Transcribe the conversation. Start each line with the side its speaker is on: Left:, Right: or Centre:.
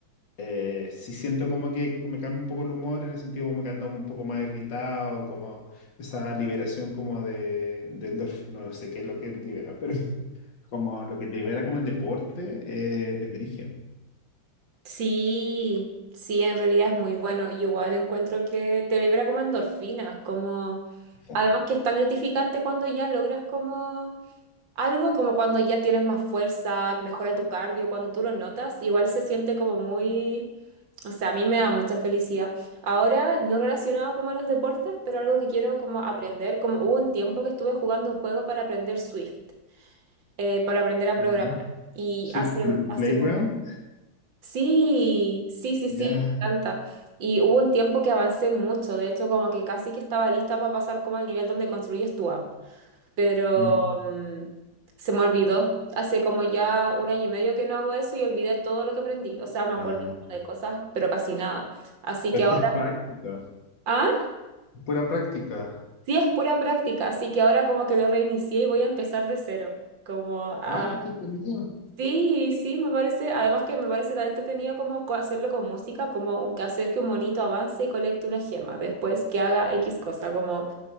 Left: eh, sí siento como que me cambia un poco el humor, en el sentido como que ando un poco más irritado, como esa liberación como de, de endorf- no sé qué es lo que libera, pero <laughs> como lo que libera como el deporte, eh, es brigio.
Right: Sí, sí, en realidad es muy bueno. Y Igual encuentro que te libera como endorfinas, como
Left: Eso.
Right: además que es tan gratificante cuando ya logras como algo, como cuando ya tienes más fuerza, mejora tu cardio, cuando tú lo notas, igual se siente como muy, o sea, a mí me da mucha felicidad. Ahora, no relacionado como a los deportes, pero algo que quiero como aprender, como hubo un tiempo que estuve jugando un juego para aprender Swift, eh, para aprender a
Left: Ya.
Right: programar. Y
Left: Swift
Right: hace,
Left: Pl-
Right: hace
Left: Playground.
Right: como Sí, sí, sí,
Left: Ya.
Right: sí, me encanta. Y hubo un tiempo que avancé mucho, de hecho como que casi que estaba lista para pasar como al nivel donde construyes tu app, pero
Left: Mm.
Right: mm, se me olvidó. Hace como ya un año y medio que no hago eso y olvidé todo lo que aprendí. O sea, me acuerdo
Left: Ah,
Right: como de cosas, pero casi nada. Así
Left: pero
Right: que
Left: es
Right: ahora,
Left: que es práctico.
Right: ah,
Left: Pura práctica.
Right: sí es pura práctica, así que ahora como que lo reinicié y voy a empezar de cero, como a
Left: Ah, qué te tenía.
Right: Sí, sí, me parece, además que me parece tan entretenido como co- hacerlo con música, como que hacer que un monito avance y colecte una gema, después que haga X cosa, como,